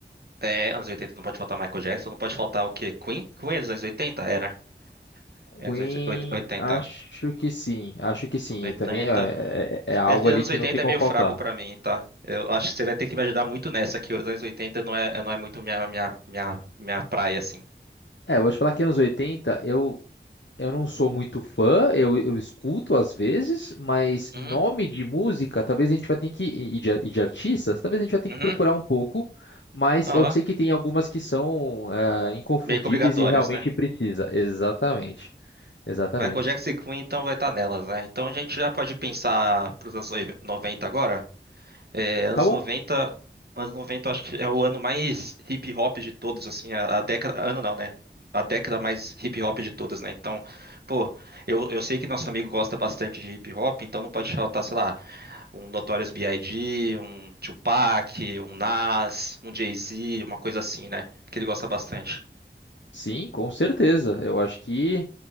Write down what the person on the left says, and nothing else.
Queen,
acho que sim, acho que sim.
E também é, é- é algo
ali
que
não tem como
faltar.
É, eu vou te falar que anos 80, eu, eu não sou muito fã, eu, eu escuto às vezes, mas
nome de música, talvez a gente vai ter que, e e de, e de artistas, talvez a gente vai ter
que procurar um pouco, mas
eu sei que tem algumas que são ah, inconfundíveis
e realmente
precisa. Exatamente, exatamente.
Tá bom?
Sim, com certeza. Eu acho que.